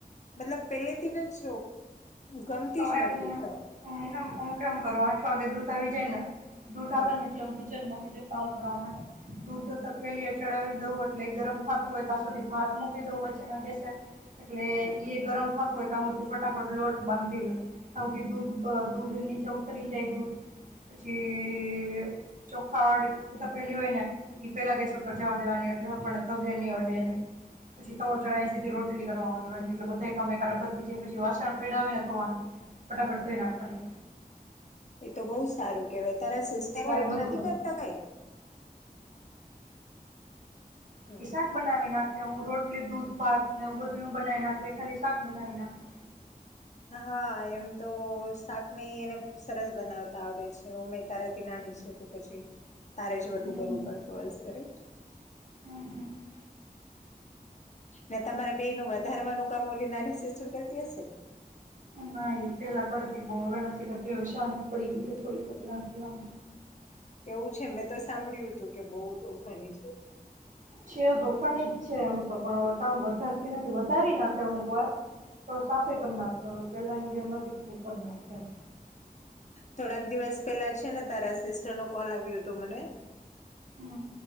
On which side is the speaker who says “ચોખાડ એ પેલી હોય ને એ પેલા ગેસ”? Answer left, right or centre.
Right